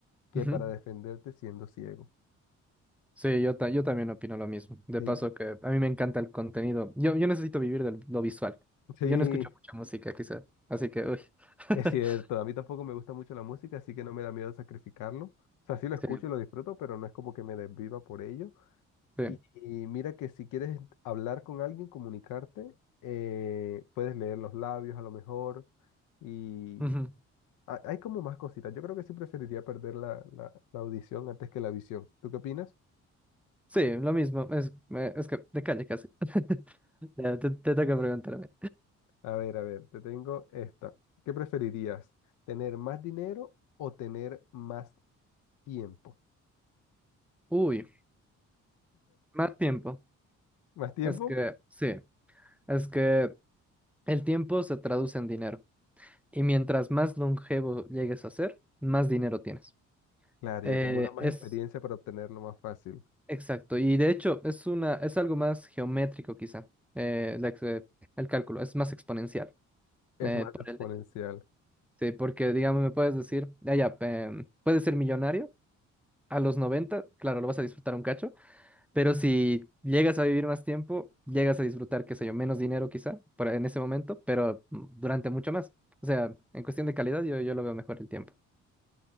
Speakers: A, on the left; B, in the centre.
A: que
B: ujú.
A: para defenderte siendo ciego.
B: Sí, yo, ta- yo también opino lo mismo. De
A: Sí,
B: paso que a mí me encanta el contenido. Yo, yo necesito vivir de lo visual.
A: <laughs> sí,
B: Yo no escucho mucha música, quizá. Así que, uy. <laughs>
A: es cierto. A mí tampoco me gusta mucho la música, así que no me da miedo sacrificarlo. O sea, sí lo escucho
B: Sí,
A: y lo disfruto, pero no es como que me desviva por ello.
B: sí.
A: Y, y mira que si quieres hablar con alguien, comunicarte, eh, puedes leer los labios a lo mejor y
B: ujú.
A: ha- hay como más cositas. Yo creo que sí preferiría perder la, la- la audición antes que la visión. ¿Tú qué opinas?
B: Sí, lo mismo. Es, eh, es que de calle casi. <laughs> Ya, te, te toca preguntarme.
A: A ver, a ver, te tengo esta. ¿Qué preferirías? ¿Tener más dinero o tener más tiempo?
B: Uy, más tiempo.
A: ¿Más tiempo?
B: Es que, sí, es que el tiempo se traduce en dinero y mientras más longevo llegues a ser, más dinero tienes.
A: Claro,
B: Eh,
A: y acumulas más
B: es
A: experiencia para obtenerlo más fácil.
B: exacto, y de hecho es una, es algo más geométrico quizá, eh, la ex- eh, el cálculo, es más exponencial.
A: Es
B: eh,
A: más
B: por
A: exponencial.
B: el hecho- Sí, porque digamos, me puedes decir, ya, ya, em, puedes ser millonario a los noventa claro, lo vas a disfrutar un cacho, Pero si llegas a vivir más tiempo, llegas a disfrutar, qué sé yo, menos dinero quizá para- en ese momento, pero mm, durante mucho más. O sea, en cuestión de calidad, yo, yo lo veo mejor el tiempo.